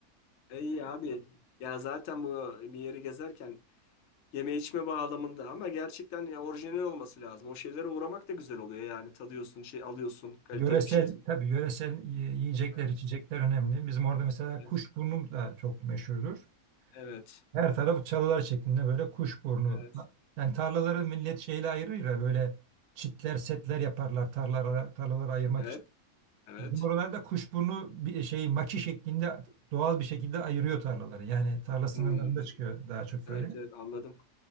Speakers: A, on the left; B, on the right.
A: E, İyi abi. Ya zaten bu bir yeri gezerken yeme içme bağlamında ama gerçekten ya orijinal olması lazım. O şeylere uğramak da güzel oluyor yani. Tadıyorsun, şey alıyorsun,
B: <laughs>
A: kaliteli
B: Yöresel
A: bir şey.
B: tabii yöresel y- yiyecekler,
A: Evet.
B: içecekler önemli. Bizim orada mesela
A: Evet.
B: kuşburnu da çok meşhurdur.
A: Evet.
B: Her tarafı çalılar şeklinde böyle kuşburnu.
A: Evet.
B: Yani tarlaları millet şeyle ayırır ya böyle çitler, setler yaparlar tarlalara, tarlaları ayırmak
A: Evet.
B: için.
A: Evet.
B: Bizim oralarda kuşburnu bir şey maki şeklinde doğal bir şekilde ayırıyor tarlaları. Yani tarla sınırlarında
A: Hmm.
B: çıkıyor daha çok
A: Evet,
B: böyle.
A: evet anladım.